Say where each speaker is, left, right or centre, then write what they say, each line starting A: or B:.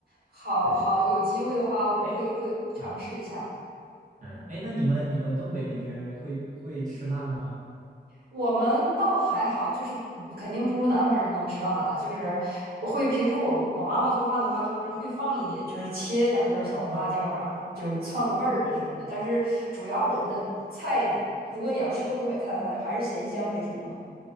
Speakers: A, on the right (about 60°); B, on the right (about 45°).
A: 好好，
B: 对对对，
A: 有机会的话会会尝试一下。
B: 哎，嗯嗯，哎，那你们你们东北那边儿会会吃辣吗？
A: 我们倒还好，就是嗯肯定不如南方人能吃辣了。就是会平时我我妈妈做饭的话，就是会放一点，就是切两根儿小红辣椒，然后就是窜个味儿啊这种的。但是主要我们的菜，如果你要吃过东北菜的话，就还是咸香为主嘛。